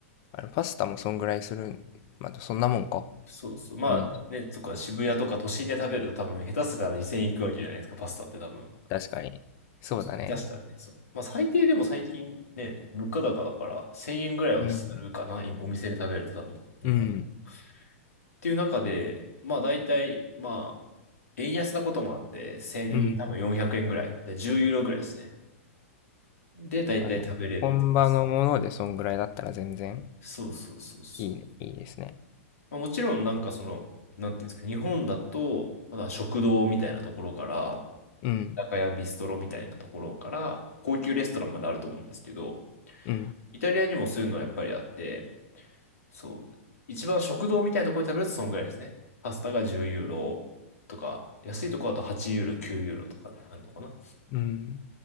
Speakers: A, on the left; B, on the left.
A: あのパスタもそんぐらいするん。まあ、そんなもんか。
B: そうそう。まあね、
A: うん。
B: とか渋谷とか都心で食べると多分下手せたら2000円いくわけじゃないですか、パスタって多分。
A: 確かに。
B: そうそう、
A: そうだね。
B: 下手したらね、そう。まあ最低でも最近ね、物価高だから1000円ぐらいはするかな、
A: うん、
B: 今お店で食べると多分、日本で。
A: うん。
B: っていう中で、まあ大体、まあ、円安なこともあって、1多分400円ぐらい、
A: うん。
B: で10ユーロぐらいですね。で、大体食べれるんです。
A: あの、本場のものでそんぐらいだったら全然
B: パスタそうそうそうそう。
A: いいね、いいですね。
B: まあ、もちろんなんかその、なんていうんですか、日本だと、まだ食堂みたいなところから、
A: うん、
B: 居酒屋ビストロみたいなところから、高級レストランまであると思うんですけど、
A: うん、
B: イタリアにもそういうのはやっぱりあって、そう。一番食堂みたいなところで食べるとそんぐらいですね。パスタが10ユーロとか、安いところだと8ユーロ、9ユーロとかになるのかな。
A: うん。